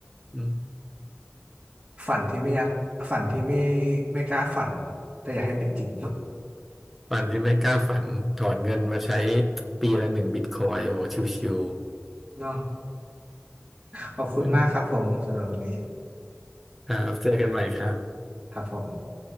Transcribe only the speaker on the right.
ฝันที่ไม่อยากฝันที่ไม่ไม่กล้าฝันแต่อยากให้เป็นจริง
เนาะ
ขอบคุณมากครับผมสำหรับวันนี้
ครับผม